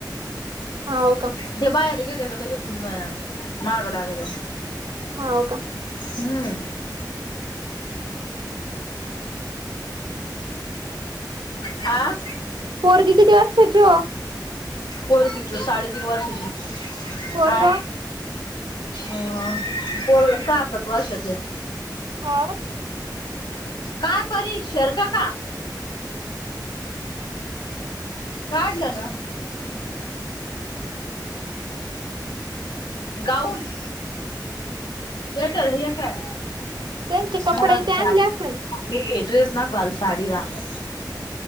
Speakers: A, on the right; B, on the left.
A: हाव का!
B: ते बाहेर गेले का लगेच अ मागं लागते.
A: हाव का!
B: हम्म. आं
A: पोरगी किती वर्षाची आहे ओ?
B: पोरगी तर साडेतीन वर्षाची आहे,
A: पोरग
B: काय? हां. पोरगं सहा-सात वर्षाचं आहे.
A: हाव
B: का परी शर्ट का? काढलं ना! गाऊन स्वेटर हे काय?
A: त्यांचे कपडे
B: मला
A: ते आणले
B: साडी
A: असंल.
B: मी गेलोयच ना काल साडी घाला <inaudible>